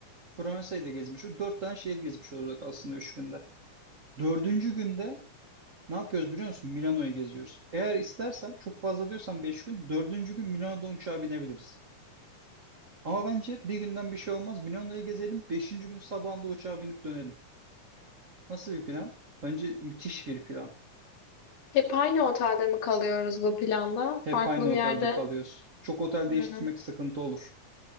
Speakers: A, on the right; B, on the left.
A: Fransa'yı da gezmiş. o 4 tane şehir gezmiş olacak aslında 3 günde. Dördüncü günde ne yapıyoruz biliyor musun? Milano'yu geziyoruz. Eğer istersen çok fazla diyorsan 5 gün. Dördüncü gün Milano'dan uçağa binebiliriz. Ama bence bir günden bir şey olmaz. Milano'yu gezelim. Beşinci gün sabahında uçağa binip dönelim. Nasıl bir plan? Önce müthiş bir plan.
B: Hep aynı otelde mi kalıyoruz bu planda?
A: Hep
B: Farklı
A: aynı
B: bir
A: otelde
B: yerde.
A: kalıyoruz. Çok otel
B: Hı.
A: değiştirmek sıkıntı olur.